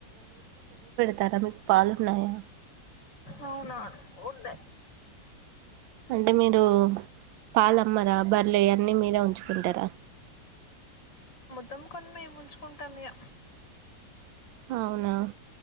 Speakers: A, on the right (about 85°); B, on the left (about 75°).
A: తార మీకు పాల ఉన్నాయా
B: అవునను ఉంటే
A: అంటే మీరు పాలమ్మరా బరలే అన్ని మీర ఉంచు కుండరా
B: తొం మేము ఉంచుకుంటాం ఇగ
A: అవునా